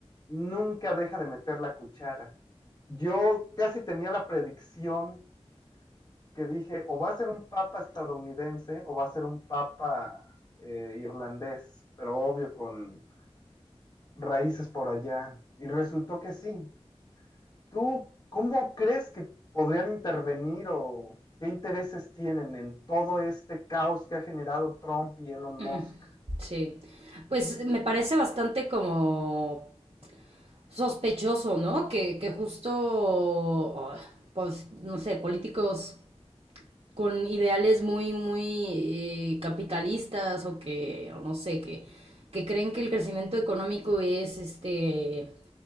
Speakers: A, on the left; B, on the right.
A: nunca deja de meter la cuchara. Yo casi tenía la predicción que dije, o va a ser un papa estadounidense o va a ser un papa eh, irlandés, pero obvio con raíces por allá. Y resultó que sí. ¿Tú cómo crees que podrían intervenir o qué intereses tienen en todo este caos que ha generado Trump y Elon
B: Mm,
A: Musk?
B: sí. Pues me parece bastante como sospechoso, ¿no? Que, que justo, oh, pues, no sé, políticos con ideales muy, muy eh, capitalistas o que, o no sé, que, que creen que el crecimiento económico es, este,